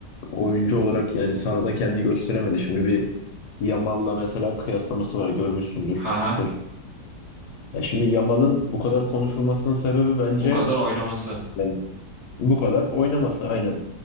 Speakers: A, on the left; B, on the right.
A: oyuncu olarak yani sahada kendini gösteremedi. Şimdi bir Yamal'la mesela kıyaslaması var görmüşsündür.
B: Haha.
A: sosyal Ya şimdi Yamal'ın bu kadar konuşulmasının sebebi bence
B: Bu kadar oynaması.
A: yani bu kadar oynaması aynen.